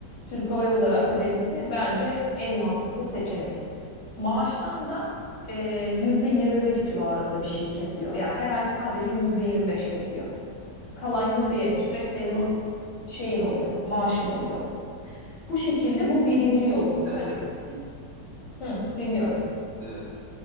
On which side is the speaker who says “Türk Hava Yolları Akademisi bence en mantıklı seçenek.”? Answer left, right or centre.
Left